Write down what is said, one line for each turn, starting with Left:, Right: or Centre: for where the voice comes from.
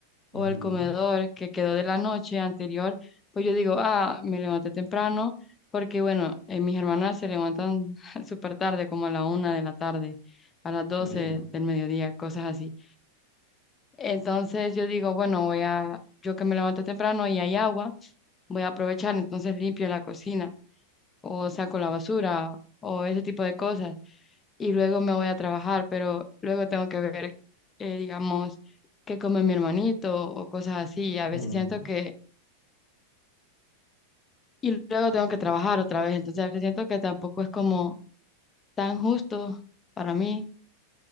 Left: o
Right: Ujú,
Left: el comedor que quedó de la noche anterior, pues yo digo, ah, me levanté temprano, porque bueno, eh, mis hermanas se levantan <laughs> súper tarde, como a la una de la tarde, a las doce
Right: Entiendo.
Left: del mediodía, cosas así. Entonces yo digo, bueno, voy a, yo que me levanto temprano y hay agua, voy a aprovechar, entonces limpio la cocina o saco la basura o ese tipo de cosas y luego me voy a trabajar, pero luego tengo que ver, eh, digamos, qué come mi hermanito o cosas así. A veces
Right: Ujú,
Left: siento que, y luego tengo que trabajar otra vez, entonces a veces siento que tampoco es como tan justo para mí